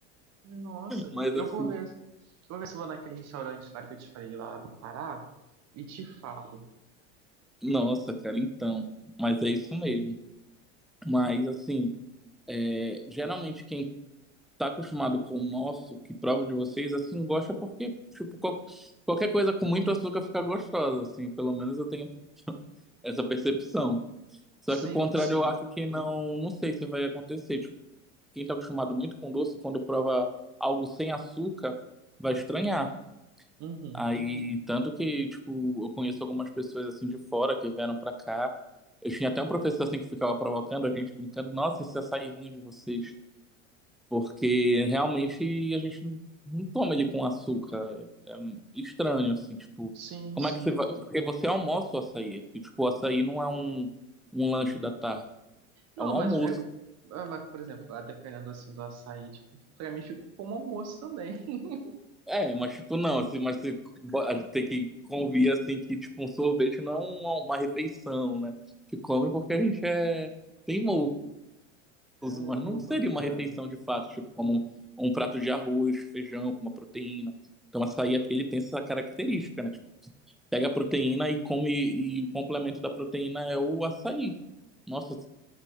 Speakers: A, on the right; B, in the centre.
A: Nossa,
B: Mas
A: eu
B: assim,
A: vou ver, vou ver se eu vou naquele restaurante lá que eu te falei lá do Pará e te falo.
B: nossa, cara, então. Mas é isso mesmo. Mas, assim, é, geralmente quem tá acostumado com o nosso, que prova de vocês, assim, gosta porque, tipo, qual- qualquer coisa com muito açúcar fica gostosa, assim, pelo menos eu tenho essa <laughs> essa percepção. Só
A: Sim,
B: que o contrário
A: sim.
B: eu acho que não, não sei se vai acontecer. Tipo, quem tá acostumado muito com doce, quando prova algo sem açúcar, vai estranhar.
A: Uhum.
B: Aí, tanto que, tipo, eu conheço algumas pessoas assim de fora que vieram pra cá. Eu tinha até um professor assim que ficava provocando a gente, brincando, nossa, esse açaí ruim de vocês. Porque realmente a gente não toma ele com açúcar. É, é estranho, assim, tipo,
A: Sim,
B: como
A: sim.
B: é que você vai. Porque você almoça o açaí aqui. Tipo, o açaí não é um, um lanche da tarde,
A: Não,
B: é um
A: mas
B: almoço.
A: é, igu- ah, mas, por exemplo, lá dependendo assim do açaí, tipo, pra mim ficou como almoço também. <laughs>
B: É, mas tipo, não, assim, mas você bo- a gente tem que convir assim que, tipo, um sorvete não é uma, uma refeição, né? Que come porque a gente é teimoso,
A: Caramba,
B: mas não seria uma
A: cara.
B: refeição de fato, tipo, como um, um prato de arroz, feijão, com uma proteína. Então, açaí aqui ele tem essa característica, né? tipo, Pega a proteína e come, e o complemento da proteína é o açaí. Nossa,